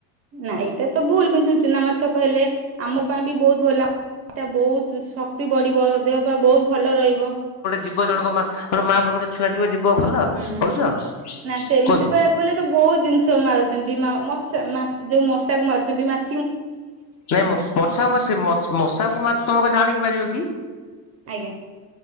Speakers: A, on the right; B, on the left.
A: ନାଁ ଏଇଟା ତ ଭୁଲ କିନ୍ତୁ ଚୁନା ମାଛ କହିଲେ ଆମ ପାଇଁ ବି ବହୁତ ଭଲ। ଏଇଟା ବହୁତ ଶକ୍ତି ବଢିବ ଦେହ ପାଇଁ ବହୁତ ଭଲ ରହିବ।
B: ଯିବ ଜଣଙ୍କ ମା କଣେ ମା ପାଖର ଛୁଆ ଯିବ ଯିବ ଭଲ
A: ହୁଁ।
B: କହୁଛ
A: ନା ସେମିତି
B: କୁହନ୍ତୁ?
A: କହିବାକୁ ଗଲେ ତ ବହୁତ ଜିନିଷ ମାଛ ମାରୁଛନ୍ତି ମାଉଁ ମଶାକୁ ମାରୁଛନ୍ତି ମାଛ
B: ନାଇଁ ମଛାକୁ ମଶାକୁ ମାର ତମକୁ ଜାଣିକି ମାରିବ କି?
A: ଆଜ୍ଞା।